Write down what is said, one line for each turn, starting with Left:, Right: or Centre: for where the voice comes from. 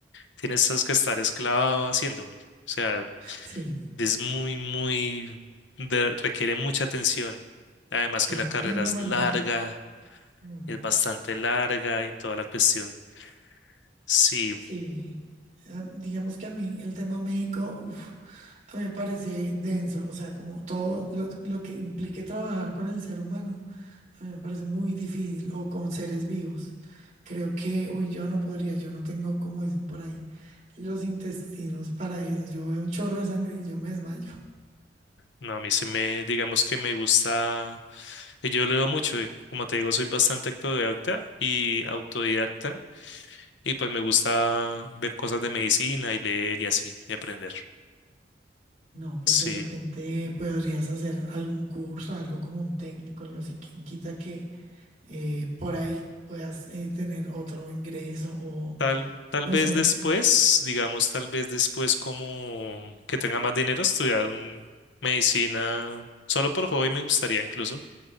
Left: tienes que estar esclavado haciendo. O sea,
Right: Sí,
Left: es muy, muy, de- requiere mucha atención. Además que
Right: es
Left: la carrera
Right: bien
Left: es
Right: demandante.
Left: larga,
Right: Mm.
Left: es bastante larga y toda la cuestión. Sí,
Right: Sí, ah, digamos que a mí el tema médico, uf, a mí me parece denso, o sea, como todo lo, lo que implique trabajar con el ser humano, a mí me parece muy difícil, o con seres vivos. Creo que, uy, yo no podría, yo no tengo, como dicen por ahí, los intestinos para eso. Yo veo un chorro de sangre y yo me desmayo.
Left: no, a mí sí me, digamos que me gusta, que yo leo mucho, eh, como te digo, soy bastante autodidacta y autodidacta y pues me gusta ver cosas de medicina y leer y así, y aprender.
Right: No, pues
Left: Sí,
Right: de repente podrías hacer algún curso, algo como un técnico, algo así, quien quita que eh, por ahí puedas eh, tener otro ingreso
Left: tal, tal
Right: No
Left: vez
Right: sé.
Left: después, digamos, tal vez después como que tenga más dinero estudiar un- medicina, solo por hobby me gustaría incluso